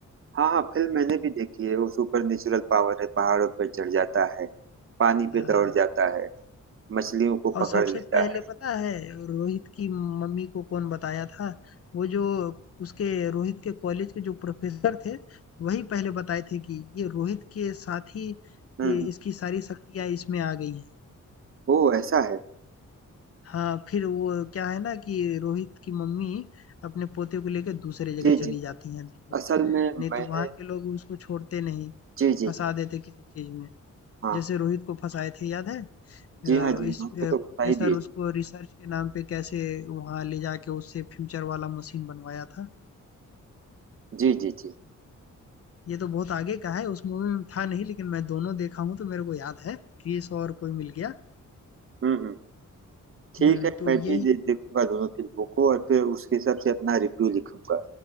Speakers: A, on the right (about 45°); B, on the left (about 50°).
A: हाँ हाँ फिल्म मैंने भी देखी है वो सुपर नेचुरल पावर है पहाड़ों पर चढ़ जाता है पानी
B: अ,
A: पे दौड़ जाता है मछलियों को
B: और
A: पकड़
B: सबसे
A: लेता
B: पहले
A: है
B: पता है रोहित की मम्मी को कौन बताया था? वो जो उसके रोहित के कॉलेज के जो प्रोफेसर थे, वही पहले बताए थे कि ये रोहित के साथ ही
A: हम्म
B: ये
A: हम्म,
B: इसकी सारी शक्तियाँ इसमें आ गई हैं।
A: ओ ऐसा है
B: हाँ, फिर वो क्या है ना कि रोहित की मम्मी अपने पोते को लेकर दूसरी जगह
A: जी
B: चली
A: जी
B: जाती हैं दूर।
A: असल में
B: नहीं
A: मैंने
B: तो वहाँ के लोग उसको छोड़ते नहीं,
A: जी जी
B: फँसा
A: जी
B: देते किसी चीज़ में।
A: हाँ
B: जैसे रोहित को फँसाए थे याद है? अ,
A: जी हाँ जी हाँ,
B: इस
A: हमको
B: अ,
A: तो
B: प्रोफ़ेसर
A: बता ही दिए
B: उसको रिसर्च के नाम पे कैसे वहाँ ले जाके उससे फ्यूचर वाला मशीन बनवाया था।
A: जी जी जी
B: ये तो बहुत आगे का है, उस मूवी में था नहीं लेकिन मैं दोनों देखा हूँ तो मेरे को याद है, क्रिस और कोई मिल गया।
A: हम्म हम्म ठीक
B: हुँ,
A: है
B: तो
A: मैं
B: यही
A: भी दे, देखूंगा दोनों फिल्मों को और फिर उसके हिसाब से अपना रिव्यू लिखूंगा